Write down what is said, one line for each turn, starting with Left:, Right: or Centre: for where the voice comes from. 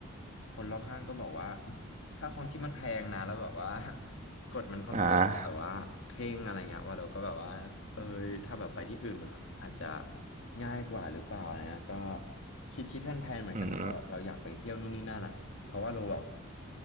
Left: คนรอบข้างก็บอกว่าค่าครองชีพมันแพงนะแล้วแบบว่า <laughs> กฎมันค่อนข้างที่จะแบบว่าเคร่งอะไรเงี้ยว่าเราก็แบบว่าเอยถ้าแบบไปที่อื่นมันอาจจะ
Right: อ่า
Left: ง่ายกว่าหรือเปล่าอะไรเงี้ยก็คิดคิดแพลนๆเหมือนกันนะว่าเราอยากไปเที่ยวนู่นนี่นั่นอ่ะ
Right: อืม
Left: เพราะว่าเราแบบ